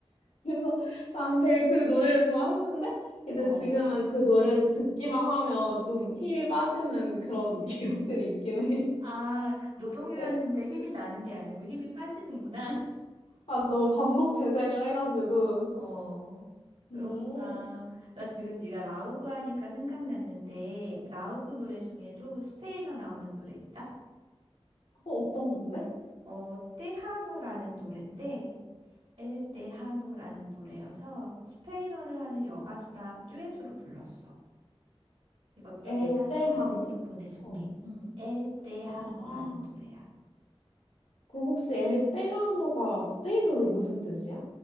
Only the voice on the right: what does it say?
어.
아, 노동요였는데
힘이 나는 게 아니고 힘이 빠지는구나.
<laughs> 어. 그렇구나.
나 지금 네가 라우브 하니까 생각났는데 라우브 노래 중에도 스페인어 나오는 노래 있다.
어, 테하노라는 노래인데 엘때 하노라는 노래여서 스페인어를 하는 여가수랑 듀엣으로 불렀어. 이것도
내가 메시지로 보내줄게.
응, 엘때
하노라는 노래야.